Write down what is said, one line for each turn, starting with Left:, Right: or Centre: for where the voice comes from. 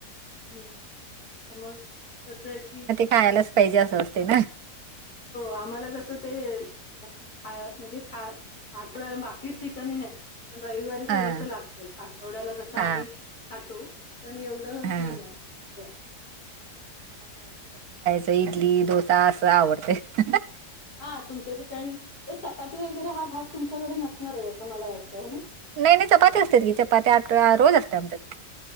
Left: हम् तर मग, कसं ए की
Right: खायालाच पायजे असं असतय ना,
Left: हो, आम्हाला कसं ते ख म्हणजे खाय आठवड्याला बाकी ठिकाणी नाही, पण रविवारी थोडसं
Right: हा
Left: लागतच, आठवड्याला कसं आम्ही
Right: हा
Left: खातो, पण एवढं
Right: हा
Left: हे नाय असं
Right: ते इडली, डोसा असं आवडतं
Left: हा, तुमच्या ठिकाणी, चपाती वगैरे हा भाग तुमच्याकडे नसणारच असं मला वाटतं हे ना?
Right: नाही, नाही, चपाती असते की, चपात्या आठ रोज असत्या आमच्यात.